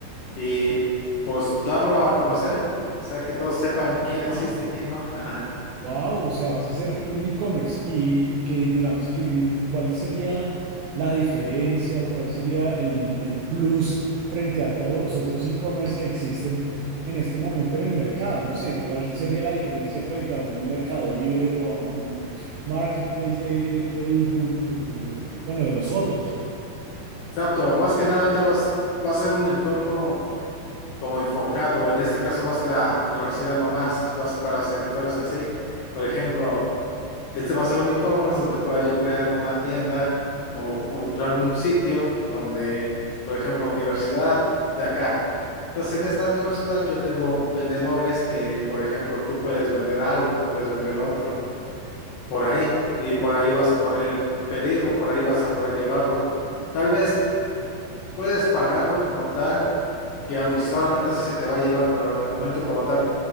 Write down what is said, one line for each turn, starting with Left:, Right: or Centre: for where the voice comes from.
Left: y pues darlo a conocer, o sea, que todos sepan quién
Right: Wow.
Left: existe y quién no. <laughs>
Right: Wow, o sea, vas a hacer un e-commerce y que digamos que cuál sería la diferencia o cuál sería el, el plus frente a todos los otros e-commerce que existen en este momento en el mercado. No sé, cuál sería la diferencia frente a un Mercado Libre o a un marketplace de Facebook o bueno, de los otros.
Left: Exacto, más que nada ahorita vas, va a ser un entorno como enfocado, en este caso va a ser la universidad nomás, va a ser para sectores así. Por ejemplo, este va a ser un e-commerce donde pueda yo crear una tienda o como crear un sitio donde, por ejemplo, universidad de acá. Entonces, en esta universidad yo tengo vendedores que, por ejemplo, tú puedes vender algo, tú puedes vender otro. por ahí y por ahí vas a poder pedirlo, por ahí vas a poder llevarlo. Tal vez puedes pagarlo como tal, que au- solamente así se te va a llevar, pero en el momento como tal,